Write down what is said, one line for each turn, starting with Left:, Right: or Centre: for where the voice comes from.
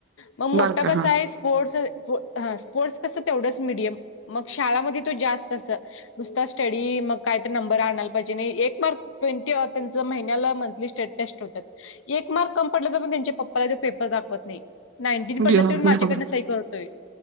Left: म मोठा
Right: बारका
Left: कसाय
Right: हा.
Left: स्पोर्टस ह स्पोर्ट्स कसं तेवढंच मिडियम मग शाळामध्ये तो जास्त तस नुसता स्टडी मग काय तर नंबर आणायला पाहिजे नाई एक मार्क ट्वेंटी त्यांच महिन्याला मंथली स्टड टेस्ट ठेवातात. एक मार्क कम पडला तर पण त्यांच्या पप्पाला ते पेपर दाखवत नाही. नाईन्टीन पडलं
Right: घेऊन
Left: तरी माझ्याकडनं
Right: घाबरून
Left: सही करतोय